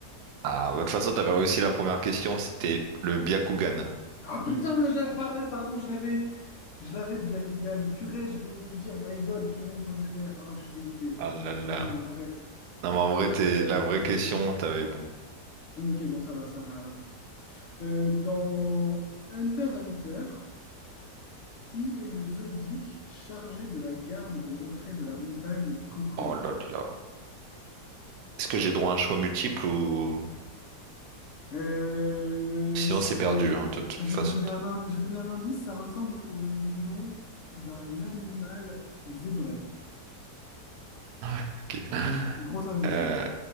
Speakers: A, on the right; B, on the left.
A: Ah, bah, de toute façon, t'avais réussi la première question, c'était le Byakugan.
B: Ah putain, je l'avais, pareil, pardon, je l'avais. Je l'avais le Byakugan. Purée, j'ai pas osé le dire. My God, purée de pommes de terre. Ah, je suis dégoûté.
A: Ah là là.
B: Ah, bref.
A: Non, mais en vrai,
B: Euh,
A: t'es... la vraie question, t'avais bon.
B: Ok, bon, ça va, ça va alors. Euh, dans Hunter x Hunter. Qui est le Zoldyck chargé de la garde de l'entrée de la montagne Kokoro?
A: Oh là là. Est-ce que j'ai droit à un choix multiple ou...
B: Euh,
A: Sinon,
B: c'est-
A: c'est perdu, hein, de toute
B: ah,
A: façon.
B: je vais te donner un, ind- je vais te donner un indice, ça ressemble au nom d'un animal zébré.
A: Ok.
B: Gros indice,
A: Euh,
B: hein.